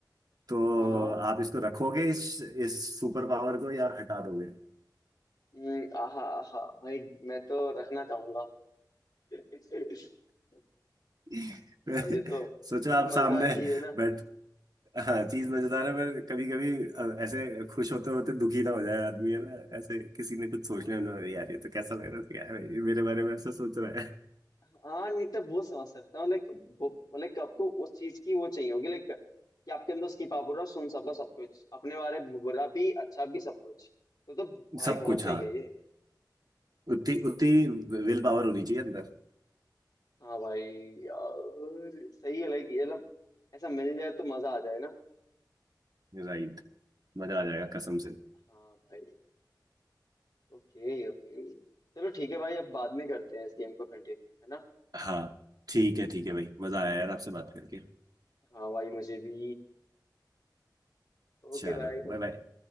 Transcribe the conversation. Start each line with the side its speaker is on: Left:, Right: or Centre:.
Right: तो
Left: हाँ हाँ
Right: आप इसको रखोगे इस इस सुपर पावर को या हटा दोगे
Left: हम्म, आहा आहा भाई मैं तो रखना चाहूंगा <laughs>
Right: <laughs>
Left: भाई ये तो
Right: सोचो
Left: ये तो
Right: आप सामने
Left: मजेदार चीज है ना
Right: बैठ हाँ चीज मजेदार है पर कभी कभी ऐसे खुश होते होते दुखी ना हो जाए आदमी है ना ऐसे किसी ने कुछ सोच
Left: हाँ
Right: लिया उन्होंने, यार ये तो कैसा लग रहा है क्या है ये मेरे बारे में ऐसा सोच रहा है
Left: हाँ, नहीं तो वो समझ सकता हूँ लाइक लाइक आपको उस चीज की वो चाहिए होगी लाइक कि आपके अंदर उसकी पावर हो सुन सको सब कुछ अपने बारे में बुरा भी अच्छा भी सब कुछ तो तो भाई
Right: सब
Left: बहुत
Right: कुछ
Left: सही
Right: हाँ
Left: है ये
Right: उतनी उतनी विल पावर होनी चाहिए अंदर
Left: हाँ भाई यार सही है लाइक ये मतलब ऐसा मिल जाए तो मजा आ जाए ना
Right: राइट मजा आ जाएगा कसम से
Left: हाँ भाई ओके ओके चलो ठीक है भाई अब बाद में करते हैं इस गेम को कंटिन्यू है ना
Right: हाँ ठीक है ठीक है भाई मजा आया यार आपसे बात करके
Left: हाँ भाई मुझे भी ओके
Right: चलो
Left: भाई
Right: बाय बाय